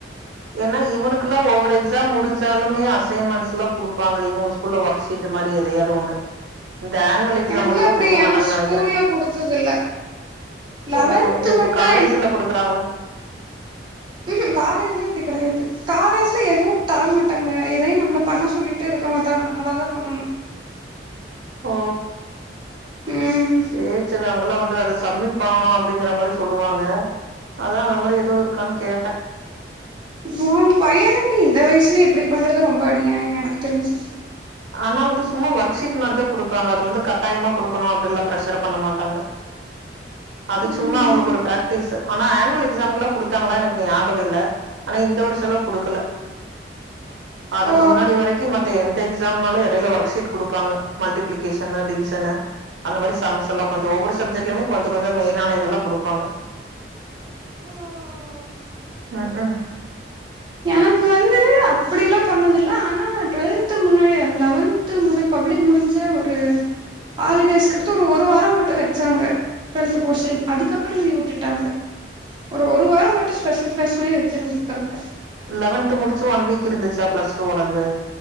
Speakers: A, on the right (about 75°); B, on the right (about 25°).
A: ஏன்னா இவனுக்குல்லா ஒவ்வொரு எக்ஸாம் முடிஞ்சாலுமே அஸ் அசைன்மெண்ட்ஸ்லா குடுப்பாங்க இவுங்க ஸ்கூல்ல ஒர்க் ஷீட்டு மாரி எதையாவது ஒன்னு இந்த ஆன்வெல் எக்ஸாம்
B: எனக்குலா
A: மட்டுந்தா
B: அப்டி
A: குடுக்க
B: ஏ
A: மாட்டாங்கன்னு
B: ஸ்கூல்ல
A: நெனைக்கிற
B: குடுத்ததில்ல லெவன்த்து
A: ஓ இல்ல இப்ப
B: மட்டு
A: காலேஜ்ல குடுக்குறாங்கல்ல
B: ம்ஹு காலேஜ்லா இப்டி கெடையாது காலேஜ்ல எதுவு தர மாட்டாங்க எதையு நம்மள பண்ண சொல்லிட்டே இரு க்க மாட்டாங்க நம்மளா தா பண்ணணு
A: ஓ
B: ம்
A: சேரி சேர் அங்கல்லா தோ அது சம்மிட் பண்ணனு அப்டிங்கற மாரி சொல்லுவாங்க அதா அந்த மாரி எதுவு இருக்கான்னு கேட்ட
B: ஓ பையனுக்கு இந்த வயசுலே இப்டி பண்றது ரொம்ப அநியாயம் எனக்கு தெரிஞ்சு
A: ஆனா வந்து சும்மா ஒர்க் ஷீட் மாரிதா குடுப்பாங்க அது வந்து கட்டாயமா குடுக்கணு அப்டின்லா பிரஷர் பண்ண மாட்டாங்க அது சும்மா
B: ம்ஹூம்
A: அவுங்களுக்கு ஒரு பிராக்டிஸ் ஆனா ஆனுவல் எக்ஸாமுக்குல்லா குடுத்தாங்களா எனக்கு ஞாபக இல்ல ஆனா இந்த வருஷலா குடுக்கல அதுக்கு
B: ஓ
A: முன்னாடி வரைக்கு மத்த எந் எக்ஸாம்னாலே எடையில ஒர்க் ஷீட் குடுப்பாங்க மல்டிபிலிகேஷனு டிவிசனு அந்த மாரி சம்ஸ் எல்லா கொஞ்ச ஒவ்வொரு சப்ஜெக்ட்லுமே கொஞ்ச கொஞ்ச ஒரு மெயினான இதெல்லா குடுப்பாங்க
B: ஓ
A: ம்ஹு
B: எனக்கு வந்து அப்டில்லா பண்ணது இல்ல ஆனா டுவெல்த்து முன்னாடி அந்த லெவன்த்து முடி ப பப்ளிக் முடிஞ்சு ஒரு ஹாலிடேஸ்கடுத்து ஒரு ஒரு வார மட்டு வச்சாங்க டுவெல்த்து போஷன் அதுக்கப்புற லீவ் விட்டுட்டாங்க ஒரு ஒரு வார மட்டு ஸ்பெஷல் கிளாஸ் மேரி வச்சிருந்திருக்காங்க
A: லெவன்த்து முடிச்சு ஒன் வீக் இருந்துச்சா பிளஸ் டூ ஓடது